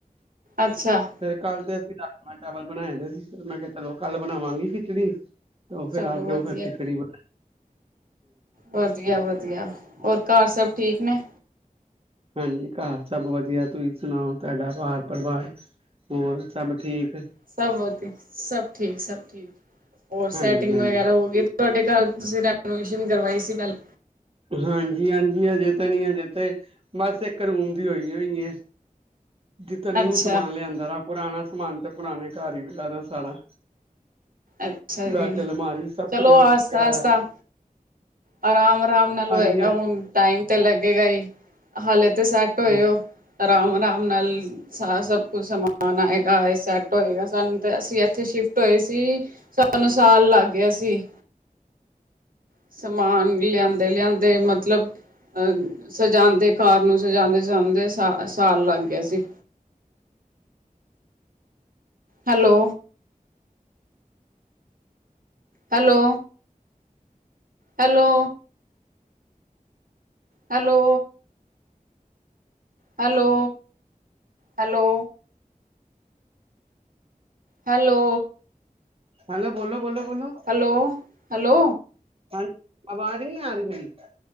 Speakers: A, on the right; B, on the right.
A: ਅੱਛਾ
B: ਤੇ ਫੇਰ ਕੱਲ ਤੇ ਅਸੀਂ ਰਾਜਮਾਂ ਚਾਵਲ ਬਣਾਏ ਦੇ ਸੀ ਫਿਰ ਮੈਂ ਕਿਹਾ ਚਲੋ ਕੱਲ ਬਣਾਵਾਂਗੀ ਖਿਚੜੀ ਤਾਂ
A: ਚਲੋ
B: ਫੇਰ ਅੱਜ ਫ਼ਿਰ
A: ਵਧੀਆ
B: ਓ ਖਿੱਚੜੀ ਬਣਾਈ
A: ਵਧੀਆ ਵਧੀਆ ਹੋਰ ਘਰ ਸਭ ਠੀਕ ਨੇ
B: ਹਾਂਜੀ ਘਰ ਸਭ ਵਧੀਆ ਤੁਸੀਂ ਸੁਣਾਓ ਤੁਹਾਡਾ ਵਾਰ ਪਰਿਵਾਰ ਹੋਰ ਸਭ ਠੀਕ
A: ਸਭ ਵਧਿਆ ਸਭ ਠੀਕ ਸਭ ਠੀਕ ਹੋਰ
B: ਹਾਂਜੀ
A: ਸੈਟਿੰਗ
B: ਹਾਂਜੀ
A: ਵਗੈਰਾ ਹੋ ਗਈ ਤੁਹਾਡੇ ਘੱਲ ਤੁਸੀਂ ਰੈਨੋਵੇਸ਼ਨ ਕਰਵਾਈ ਸੀ ਪਹਿਲਾਂ
B: ਹਾਂਜੀ ਹਾਂਜੀ ਹਜੇ ਤਾਂ ਨੀ ਹਜੇ ਤੇ ਬਸ ਇੱਕ ਰੂਮ ਦੀ ਹੋਈ ਹੋਈ ਐ ਜਿੱਤਨਾ ਨਿਊ
A: ਅੱਛਾ
B: ਸਮਾਨ ਲਿਆਂਦਾ ਰ ਪੁਰਾਣਾ ਸਮਾਨ ਤੇ ਪੁਰਾਣੇ ਘਰ ਹੀ ਵੀ ਲਾਦਾ ਸਾਰਾ
A: ਅੱਛਾ
B: ਬੈਡ,
A: ਜੀ
B: ਅਲਮਾਰੀ ਸਭ
A: ਚਲੋ
B: ਕੁੱਝ ਵਹੀ
A: ਆਸਤਾ
B: ਪਿਆ ਹੋਇਆ
A: ਆਸਤਾ ਆਰਾਮ ਆਰਾਮ ਨਾਲ
B: ਹਾਂਜੀ
A: ਹੋਏਗਾ
B: ਹਾਂਜੀ
A: ਹੁਣ ਟਾਈਮ ਤੇ ਲੱਗੇਗਾ ਜ ਹਾਲੇ ਤੇ ਅਤੇ ਸੈੱਟ ਹੋਏਓ
B: ਹਾਂਜੀ,
A: ਅਰਾਮ ਅਰਾਮ ਨਾਲ ਸਾਰਾ ਸਭ ਕੁ ਸਮਾਨ ਆਏਗਾ ਐ ਸੈ ਹੋਏਗਾ ਸਾਨੂੰ ਤੇ ਅਸੀਂ ਇੱਥੇ ਸ਼ਿਫਟ ਟੋਏ ਸੀ ਸਨੂੰ ਸਾਲ ਲੱਗ ਗਿਆ ਸੀ। ਸਮਾਨ ਲਿਆਂਦੇ ਲਿਆਂਦੇ ਮਤਲਬ ਅਹ ਸਜਾਉਂਦੇ ਕਾਰ ਨੂੰ ਸਜਾਉਂਦੇ ਸਜਾਉਂਦੇ ਸ ਸਾਲ ਲੱਗ ਗਿਆ ਸੀ। Hello hello hello hello hello hello hello
B: hello ਬੋਲੋ ਬੋਲੋ ਬੋਲੋ
A: ਹੈਲੋ ਹੈਲੋ
B: ਹਾਂਜੀ ਆਵਾਜ਼ ਨਹੀਂ ਆ ਰਹੀ ਮੇਰੀ